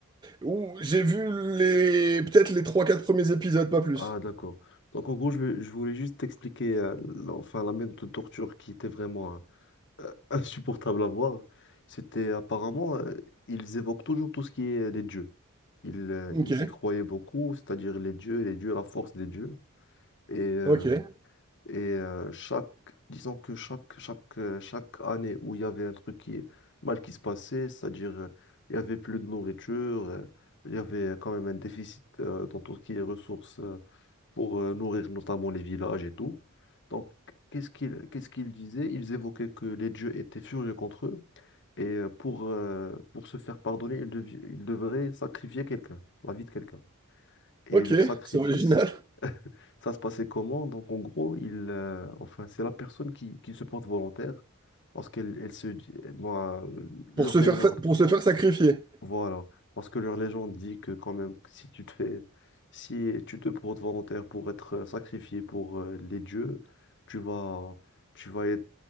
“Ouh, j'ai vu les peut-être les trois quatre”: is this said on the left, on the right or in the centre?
Right